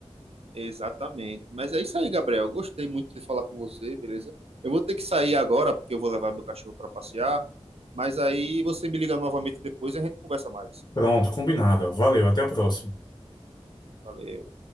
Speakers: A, on the right (about 60°); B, on the left (about 40°).
A: Exatamente. Mas é isso aí, Gabriel. Gostei muito de falar com você, beleza? Eu vou ter que sair agora porque eu vou levar meu cachorro para passear. Mas aí você me liga novamente depois e a gente conversa mais.
B: Pronto, combinado. Valeu, até a próxima.
A: Valeu.